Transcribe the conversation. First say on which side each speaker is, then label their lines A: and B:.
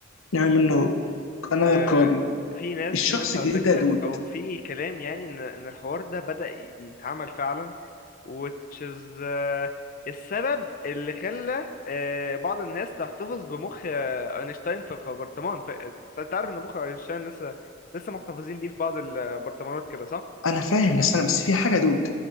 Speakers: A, on the left (about 75°); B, on the left (about 40°).
A: نعمل منه another
B: آه،
A: copy
B: في ناس
A: الشخص
B: في ناس
A: الجديد
B: على فكره
A: ده يا دود
B: او في كلام يعني ان ان الحوار ده بدأ يتعمل فعلا which is آه، السبب اللي خلى آه، بعض الناس تحتفظ بمخ آه، اينشتاين في في برطمان ف- انت عارف ان مخ اينشتاين لسه لسه محتفظين بيه في بعض البرطمانات كده صح
A: انا فاهم بس انا بس في حاجه يا دود